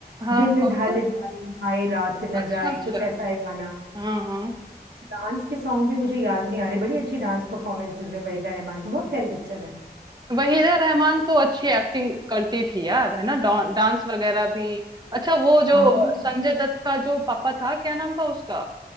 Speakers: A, on the right; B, on the right.
A: हाँ
B: दिन
A: कौन
B: ढल
A: सा
B: जाए हाय रात न
A: अच्छा
B: जाए
A: अच्छा
B: कुछ ऐसा है गाना
A: हाँ हाँ
B: डांस के सॉन्ग भी मुझे याद नहीं आ रहे बड़ी अच्छी डांस परफॉर्मेंसेज है वहीदा रहमान की बहुत प्यारी पिक्चर है
A: वहीदा रहमान तो अच्छी एक्टिंग करती थी यार है ना डा, डांस वगैरह भी अच्छा वो जो
B: हाँ
A: संजय दत्त का जो पापा था क्या नाम था उसका